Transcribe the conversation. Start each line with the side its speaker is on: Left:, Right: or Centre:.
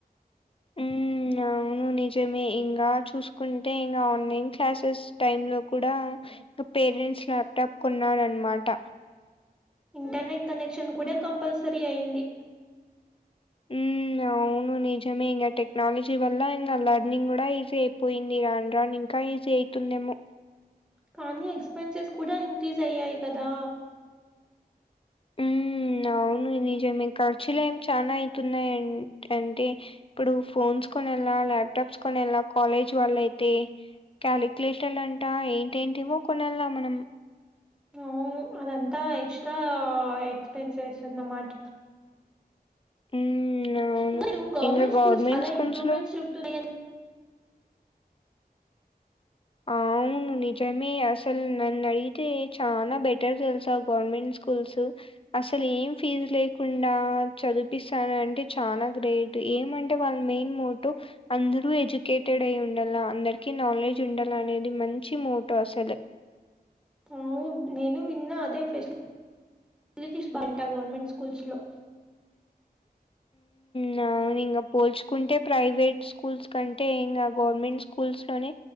Left: ఉమ్ అవును నిజమే ఇంకా చూసుకుంటే ఇంకా ఆన్లైన్ క్లాసెస్ టైమ్ లో కూడా <unintelligible> పేరెంట్స్ లాప్టాప్ కొన్నారు అనమాట
Centre: ఇంటర్నెట్ కనెక్షన్ కూడ కంపల్సరీ అయింది
Left: ఉమ్ అవును నిజమే ఇంగ టెక్నాలజీ వల్ల ఇంకా లెర్నింగ్ కూడా ఈజీ అయిపోయింది రాను రాను ఇంకా ఈజీ అ తుంది ఏమో
Centre: కానీ ఎక్స్పెన్సెస్ కూడా ఇంక్రీజ్ అయ్యాయి కదా
Left: ఉమ్ అవును నిజమే ఖర్చులు ఏమి చనా అయితున్నాయి అన్ అంటే ఇప్పుడు ఫోన్స్ కొనెల లాప్టాప్ కొనేల కాలేజ్ వాళ్ళ అయితే క్యాలిక్యులేటర్లు అంటా ఏంటేంటివో కొనెళ మనం
Centre: అవును అదంతా ఎక్స్‌ట్రా ఎక్స్పెన్సెస్ అన్నమాట
Left: ఉమ్ అవును
Centre: ఇంక గవర్నమెంట్
Left: ఇంగ
Centre: స్కూల్స్ చాలా
Left: స్కూల్స్
Centre: ఇంప్రూవ్మెంట్
Left: లో
Centre: జరుగుతున్నాయి
Left: అవును నిజమే అసలు నన్ను అడిగితే చాలా బెటర్ తెలుసా గవర్నమెంట్ స్కూల్స్ అసలు ఏం ఫీజు లేకుండా చదిపిస్తాను అంటే చాల గ్రేట్ ఏమంటే వాళ్ళ మెయిన్ మోటో అందరూ ఎడ్యుకేటెడ్ అయి ఉండాల అందరికి నాలె డ్జ్ ఉండల అనేది మంచి మోటో అసలు
Centre: అవును నేను విన్నా అదే ఫె సిలిటీస్ బాంట గవర్నమెంట్ స్కూల్స్లో
Left: న ఇంగ పోల్చుకుంటే ప్రైవేట్ స్కూల్స్ కంటే ఇంగ గవర్నమెంట్ స్కూల్స్లోనే